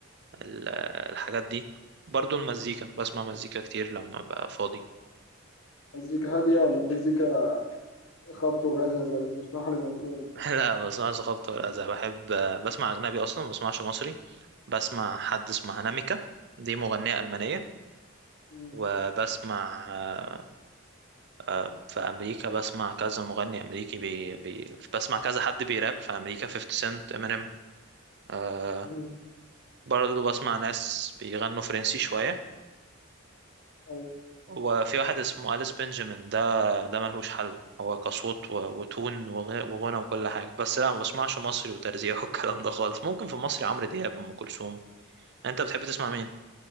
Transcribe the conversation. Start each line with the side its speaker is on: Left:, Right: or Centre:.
Right: ال- الحاجات دي برضو المزيكا بسمع مزيكا كتير لما ببقى فاضي
Left: مزيكا هادية ولا مزيكا خبط ورزع زي اللي بنسمعها لمن دول
Right: <laughs> لا ما بسمعش خبط ولا أذى بحب آه، بسمع اجنبي اصلا ما بسمعش مصري بسمع حد اسمه هناميكا دي مغنيه المانيه
Left: مم.
Right: وبسمع آه، آه، في امريكا بسمع كذا مغني امريكي بي بي بسمع كذا حد بيراب في امريكا 50 سنت امينيم آه،
Left: مم.
Right: برضو بسمع ناس بيغنوا فرنسي شويه
Left: أيوة.
Right: وفي واحد اسمه أليس بنجامين ده ده ملهوش حل هو كصوت و- وتون وغ- وغنى وكل حاجة بس لا ما بسمعش مصري وترزيع <laughs> والكلام ده خالص ممكن في مصري عمرو دياب أم كلثوم أنت بتحب تسمع مين؟